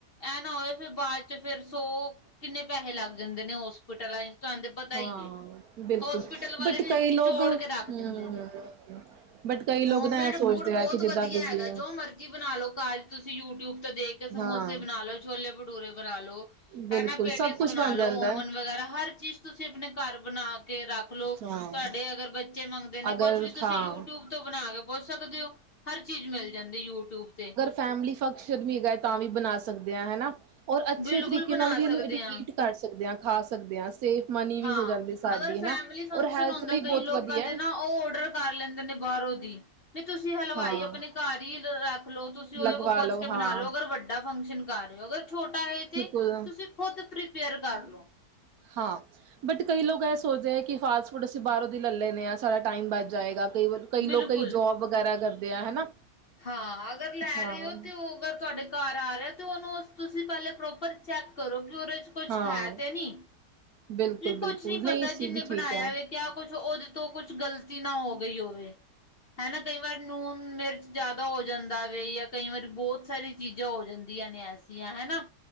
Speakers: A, on the left; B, on the right.
A: ਐ ਨਾ ਹੋਵੇ ਫਿਰ ਬਾਅਦ ਚ ਫੇਰ ਸੌ ਕਿੰਨੇ ਪੈਸੇ ਲੱਗ ਜਾਂਦੇ ਨੇ ਹੋਸਪਿਟਲਾਂ ਤੁਹਾਨੂੰ ਤੇ ਪਤਾ
B: ਹਾਂ
A: ਹੀ ਹੈ
B: ਬਿਲਕੁਲ
A: ਹੋਸਪਿਟਲ ਵਾਲੇ
B: ਬਟ ਕਈ
A: ਨਿਚੋੜ
B: ਲੋਕ
A: ਕੇ ਰੱਖ
B: ਹਮ
A: ਦਿੰਦੇ ਨੇ
B: ਬਟ ਕਈ ਲੋਕ
A: ਹੋਮਮੇਡ
B: ਨਾ ਇਹ ਸੋਚਦੇ
A: ਫੂਡ ਬਹੁਤ
B: ਆ ਕਿ ਜਿੱਦਾਂ
A: ਵਧੀਆ
B: ਬਿਜ਼ੀ
A: ਹੈਗਾ
B: ਆ
A: ਜੋ ਮਰਜ਼ੀ ਬਣਾ ਲਓ ਘਰ ਚ ਤੁਸੀਂ ਯੂਟਿਊਬ ਤੇ ਦੇਖ ਸਮੋਸੇ
B: ਹਾਂ
A: ਬਣਾ ਲਓ ਛੋਲੇ ਭਟੂਰੇ ਬਣਾ ਲਓ
B: ਬਿਲਕੁਲ
A: ਹੈਨਾ ਪੈਟੀਜ਼
B: ਸਭ ਕੁਛ
A: ਬਣਾ
B: ਬਣ
A: ਲਓ
B: ਜਾਂਦਾ
A: ਓਵਨ ਵਗੈਰਾ ਹਰ ਚੀਜ਼ ਤੁਸੀਂ ਆਪਣੇ ਘਰ ਬਣਾ ਕੇ ਰੱਖ ਲਓ। ਤੁਹਾਡੇ
B: ਹਾਂ
A: ਅਗਰ ਬੱਚੇ ਮੰਗਦੇ ਨੇ
B: ਅਗਰ
A: ਕੁਛ ਵੀ ਤੁਸੀਂ
B: ਹਾਂ
A: ਯੂਟਿਊਬ ਤੋਂ ਬਣਾ ਕੇ ਪੁੱਛ ਸਕਦੇ ਹੋ ਹਰ ਚੀਜ਼ ਮਿਲ ਜਾਂਦੀ ਯੂਟਿਊਬ ਤੇ
B: ਫੈਮਲੀ ਫੰਕਸ਼ਨ ਵੀ ਹੈਗਾ ਹੈ ਤਾਂ ਵੀ ਬਣਾ ਸਕਦੇ ਹ ਹਨਾ ਔਰ ਅੱਛੇ
A: ਬਿਲਕੁਲ
B: ਤਰੀਕੇ
A: ਬਣਾ
B: ਨਾਲ ਵੀ ਇਹਨੂੰ
A: ਸਕਦੇ ਹਾਂ
B: ਕਰ ਸਕਦੇ ਹਾਂ ਖਾ ਸਕਦੇ ਹਾਂ। ਤੇ ਮਨੀ ਵੀ
A: ਹਾਂ
B: ਹੋ ਜਾਂਦੀ ਸਾਡੀ
A: ਅਗਰ
B: ਹਨਾ
A: ਫੈਮਲੀ ਫੰਕਸ਼ਨ
B: ਔਰ ਹੈਲਥ
A: ਹੁੰਦਾ
B: ਲਈ ਬਹੁਤ
A: ਕਈ ਲੋਕਾਂ
B: ਵਧੀਆ
A: ਦੇ ਨਾ ਉਹ ਔਡਰ ਕਰ ਲੈਂਦੇ ਨੇ ਬਾਹਰੋਂ ਦੀ ਵੀ ਤੁਸੀਂ ਹਲਵਾਈ
B: ਹਾਂ
A: ਆਪਣੇ ਘਰ ਹੀ ਰੱਖ ਲਓ ਤੁਸੀਂ ਉਹਦੇ
B: ਲਗਵਾ
A: ਕੋਲ ਪੁੱਛ ਕੇ
B: ਹਾਂ
A: ਬਣਾ ਲਓ ਅਗਰ ਵੱਡਾ ਫੰਕਸ਼ਨ ਕਰ ਅਗਰ ਛੋਟਾ ਹੈ ਤੇ
B: ਬ
A: ਤੁਸੀਂ ਖੁਦ ਪ੍ਰੀਪੇਅਰ ਕਰ ਲਓ।
B: ਹਾਂ ਬਟ ਕਈ ਲੋਕ ਇਹ ਸੋਚਦੇ ਹੈ ਕਿ ਫਾਸਟ ਫੂਡ ਅਸੀਂ ਬਾਹਰੋਂ ਹੀ ਲੈ ਲੈਂਦੇ ਹਾਂ ਸਾਰਾ ਟਾਈਮ ਬਚ ਜਾਏਗਾ ਕਈ ਵਾਰ ਕਈ ਲੋਕ
A: ਬਿਲਕੁਲ
B: ਕਈ ਜੋਬ ਵਗੈਰਾ ਕਰਦੇ ਆ ਹਨਾ
A: ਹਾਂ ਅਗਰ ਲੈ
B: ਹਾਂ
A: ਰਹੇ ਹੋ ਤੇ ਉਹ ਅਗਰ ਤੁਹਾਡੇ ਘਰ ਆ ਰਿਹਾ ਤੇ ਉਹਨੂੰ ਤੁਸੀਂ ਪਹਿਲੇ ਪ੍ਰੋਪਰ ਚੈੱਕ ਕਰੋ ਕਿ ਉਹਦੇ ਕੁਛ
B: ਹਾਂ
A: ਹੈ ਤੇ ਨੀ
B: ਬਿਲਕੁਲ
A: ਤੁ
B: ਬਿਲਕੁਲ
A: ਕੁਛ ਨੀ ਪਤਾ
B: ਨਹੀਂ ਅਸੀਂ
A: ਜਿੰਨੇ
B: ਵੀ ਠੀਕ
A: ਬਣਾਇਆ
B: ਹੈ
A: ਵੇ। ਕਿਆ ਕੁਛ ਉਹਦੇ ਤੋਂ ਕੁਛ ਗ਼ਲਤੀ ਨਾ ਹੋ ਗਈ ਹੋਵੇ ਹਨਾ ਕਈ ਵਾਰ ਨੂਣ ਮਿਰਚ ਜ਼ਿਆਦਾ ਹੋ ਜਾਂਦਾ ਵੇ ਜਾਂ ਕਈ ਵਾਰੀ ਬਹੁਤ ਸਾਰੀ ਚੀਜ਼ਾਂ ਹੋ ਜਾਂਦੀਆਂ ਨੇ ਐਸੀਆਂ ਹਨਾ।